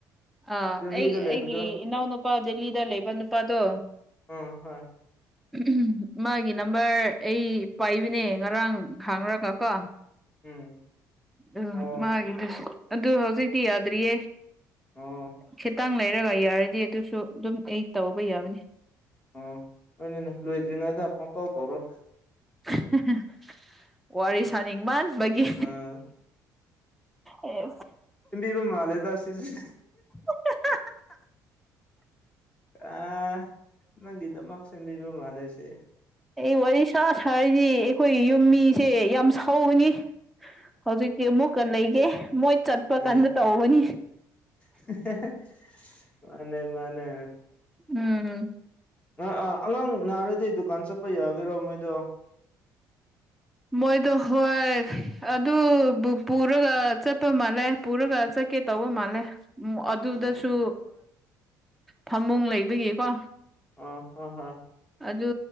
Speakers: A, in the centre; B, on the left (about 20°).
A: ꯑꯥ
B: ꯗꯦꯜꯍꯤꯗ
A: ꯑꯩ ꯑꯩꯒꯤ
B: ꯂꯩꯕꯗꯣ
A: ꯏꯅꯥꯎꯅꯨꯄꯥ ꯗꯦꯜꯂꯤꯗ ꯂꯩꯕ ꯅꯨꯄꯥꯗꯣ
B: ꯎꯝ ꯍꯣꯏ
A: <unintelligible> ꯃꯥꯒꯤ ꯅꯝꯕꯔ ꯑꯩ ꯄꯥꯏꯕꯅꯦ ꯉꯔꯥꯡ ꯍꯥꯡꯔꯒ ꯀꯣ
B: ꯎꯝ
A: ꯎꯝ
B: ꯑꯣ
A: ꯃꯥꯒꯤꯗꯨꯁꯨ ꯑꯗꯨ ꯍꯧꯖꯤꯛꯇꯤ ꯌꯥꯗ꯭ꯔꯤꯌꯦ
B: ꯑꯣ
A: ꯈꯤꯇꯪ ꯂꯩꯔꯒ ꯌꯥꯔꯗꯤ ꯑꯗꯨꯁꯨ ꯑꯗꯨꯝ ꯑꯩ ꯇꯧꯕ ꯌꯥꯕꯅꯤ
B: ꯑꯣ ꯑꯗꯨꯅꯤ ꯂꯣꯏꯗ꯭ꯔꯤꯉꯩꯗ ꯄꯡꯇꯧ ꯇꯧꯔꯣ
A: <unintelligible> ꯋꯥꯔꯤ ꯁꯥꯅꯤꯡ ꯃꯥꯟꯕꯒꯤ
B: ꯑꯥ
A: ꯑꯦ
B: <unintelligible> ꯃꯥꯂꯦꯗ ꯁꯤꯁꯦ
A: <unintelligible>
B: ꯑ ꯅꯪꯒꯤꯗꯃꯛ ꯁꯦꯝꯕꯤꯕ ꯃꯥꯜꯂꯦꯁꯦ
A: ꯑꯩ ꯋꯥꯔꯤ ꯁꯥ ꯁꯥꯔꯗꯤ ꯑꯩꯈꯣꯏꯒꯤ ꯌꯨꯝ ꯃꯤꯁꯦ ꯌꯥꯝ ꯁꯧꯕꯅꯤ ꯍꯧꯖꯤꯛꯇꯤ ꯑꯃꯨꯛꯀ ꯂꯩꯒꯦ ꯃꯣꯏ ꯆꯠꯄ
B: ꯑ
A: ꯀꯥꯟꯗ ꯇꯧꯒꯅꯤ
B: <unintelligible> ꯃꯥꯅꯦ ꯃꯥꯅꯦ
A: ꯎꯝ
B: ꯑꯥ ꯑꯥ ꯑꯉꯥꯡ ꯅꯥꯔꯗꯤ ꯗꯨꯀꯥꯟ ꯆꯠꯄ ꯌꯥꯒꯦꯔꯣ ꯃꯣꯏꯗꯣ
A: ꯃꯣꯏꯗꯣ ꯍꯣꯏ ꯑꯗꯨꯕꯨ ꯄꯨꯔꯒ ꯆꯠꯄ ꯃꯥꯜꯂꯦ ꯄꯨꯔꯒ ꯆꯠ ꯀꯦ ꯇꯧꯕꯣ ꯃꯥꯂꯦ ꯑꯗꯨꯗꯁꯨ
B: ꯑꯣ
A: ꯐꯃꯨꯡ ꯂꯩꯕꯒꯤꯀꯣ
B: ꯑꯣ ꯍꯣ ꯍꯣꯏ
A: ꯑꯗꯨ